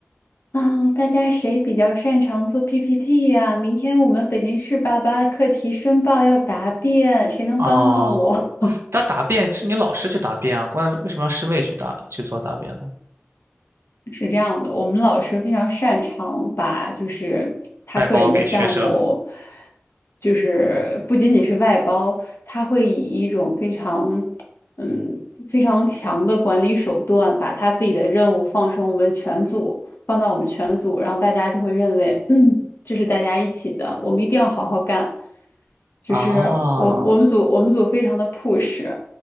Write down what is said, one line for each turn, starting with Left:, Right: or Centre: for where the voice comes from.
Left: 啊，大家谁比较擅长做 PPT 呀？明天我们北京市八八课题申报要答辩，谁能帮帮我？
Right: 哦，他答辩是你老师去答辩啊，关为什么要师妹去答去做答辩呢？
Left: 是这样的，我们老师非常擅长把就是他个人的项目，
Right: 外包给学生
Left: 就是不仅仅是外包，他会以一种非常嗯非常强的管理手段，把他自己的任务放成我们全组，放到我们全组，然后大家就会认为，嗯，这是大家一起的，我们一定要好好干。就是我我们组我们组非常的
Right: 啊，
Left: push，